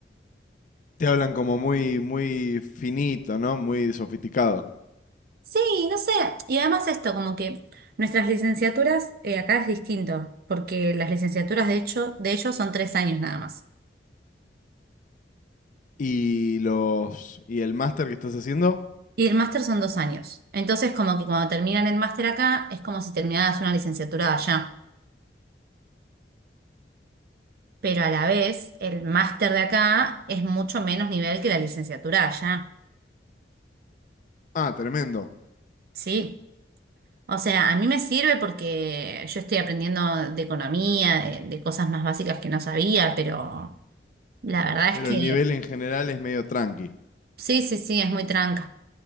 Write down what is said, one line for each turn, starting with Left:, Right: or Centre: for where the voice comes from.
Left: Te hablan como muy, muy finito, ¿no? Muy sofisticado.
Right: Sí, no sé, y además esto, como que nuestras licenciaturas eh, acá es distinto, porque las licenciaturas de hecho de ellos son tres años nada más.
Left: Y los, y el máster que estás haciendo,
Right: Y el máster son dos años. Entonces, como que cuando terminan el máster acá, es como si terminaras una licenciatura allá. Pero a la vez, el máster de acá es mucho menos nivel que la licenciatura allá.
Left: ah, tremendo.
Right: Sí. O sea, a mí me sirve porque yo estoy aprendiendo de economía, de, de cosas más básicas que no sabía, pero la verdad
Left: Pero
Right: es que
Left: el nivel en general es medio tranqui.
Right: sí, sí, sí, es muy tranca.